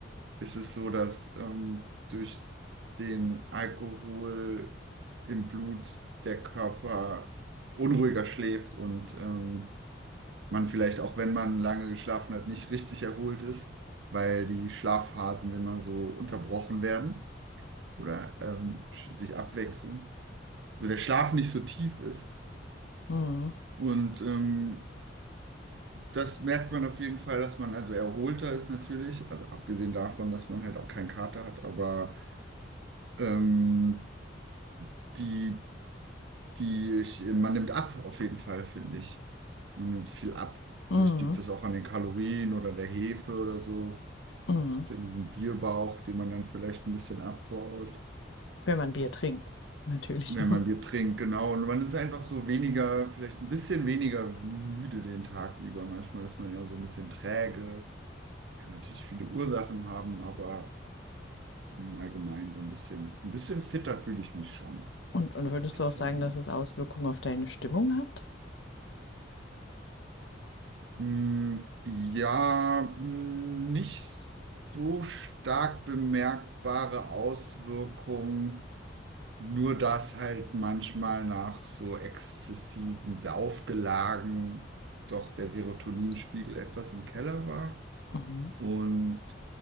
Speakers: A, on the right; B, on the left.
A: ist es so, dass ähm, durch den Alkohol im Blut der Körper unruhiger schläft und ähm, man vielleicht auch, wenn man lange geschlafen hat, nicht richtig erholt ist, weil die Schlafphasen immer so unterbrochen werden oder ähm, sch- sich abwechseln. Also der Schlaf nicht so tief ist.
B: Mhm.
A: Und ähm, das merkt man auf jeden Fall, dass man also erholter ist natürlich, also abgesehen davon, dass man halt auch keinen Kater hat, aber ähm, die, die, ich, man nimmt ab, auf jeden Fall, finde ich. Man nimmt viel ab.
B: Mhm.
A: Vielleicht liegt das auch an den Kalorien oder der Hefe oder so.
B: Mhm.
A: Es gibt ja diesen Bierbauch, den man dann vielleicht ein bisschen abbaut,
B: Wenn man Bier trinkt, natürlich
A: wenn
B: <laughs> nur.
A: man Bier trinkt, genau. Und man ist einfach so weniger, vielleicht ein bisschen weniger müde den Tag über. Manchmal ist man ja so ein bisschen träge. Kann natürlich viele Ursachen haben, aber im Allgemeinen so ein bisschen, ein bisschen fitter fühle ich mich schon,
B: Und, und würdest
A: würde
B: du
A: ich
B: auch sagen,
A: sagen.
B: dass es Auswirkungen auf deine Stimmung hat?
A: Mm, Ja, mm, nicht so stark bemerkbare Auswirkungen, nur dass halt manchmal nach so exzessiven Saufgelagen doch der Serotoninspiegel etwas im Keller war
B: Mhm.
A: und